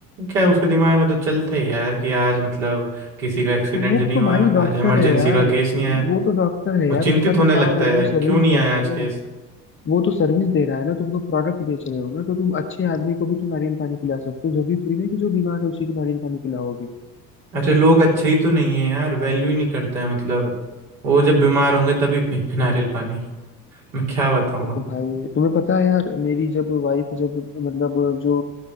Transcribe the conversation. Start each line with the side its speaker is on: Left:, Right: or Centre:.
Right: क्या उसके दिमाग में तो चलता ही यार कि आज मतलब किसी का एक्सीडेंट
Left: तो वो
Right: नहीं
Left: तो
Right: हुआ
Left: भाई डॉक्टर
Right: आज इमरजेंसी
Left: है यार
Right: का केस नहीं आया
Left: वो तो डॉक्टर है
Right: वो
Left: यार
Right: चिंतित
Left: उसका तो
Right: होने लगता
Left: काम है वो
Right: है
Left: सर्विस
Right: क्यों नहीं
Left: दे
Right: आया
Left: रहा है
Right: आज
Left: ना
Right: केस
Left: वो तो सर्विस दे रहा है ना तुम तो प्रोडक्ट बेच रहे हो ना तो तुम अच्छे आदमी को भी तो नारियल पानी पिला सकते हो जरूरी थोड़ी ना कि जो बीमार है उसी को नारियल पानी पिलाओगे
Right: अच्छा लोग अच्छे ही तो नहीं है यार वैल्यू ही नहीं करते हैं मतलब वो जब बीमार होंगे तभी पियेंगे नारियल पानी <laughs> मैं क्या बताऊँ
Left: ओ भाई तुम्हें पता है यार मेरी जब वाइफ जब मतलब जो